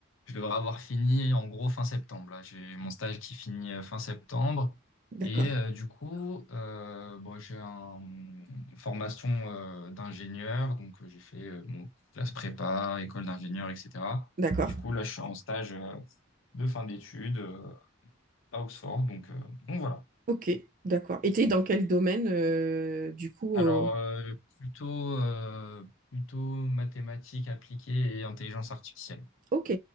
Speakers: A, on the left; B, on the right.
A: je devrais avoir fini en gros fin septembre. Là, j'ai mon stage qui finit euh, fin septembre.
B: D'accord,
A: Et euh, du coup, euh, bon, j'ai un- une formation euh, d'ingénieur, donc euh, j'ai fait euh, bon, classe prépa, école d'ingénieur, etc.
B: d'accord,
A: Du coup, là, je suis en stage euh, de fin d'études. euh, à Oxford. Donc, euh, donc voilà.
B: ok, d'accord. Et tu es dans quel domaine euh, du coup?
A: Alors,
B: euh,
A: euh, plutôt, euh, plutôt mathématiques appliquées et intelligence artificielle.
B: Ok,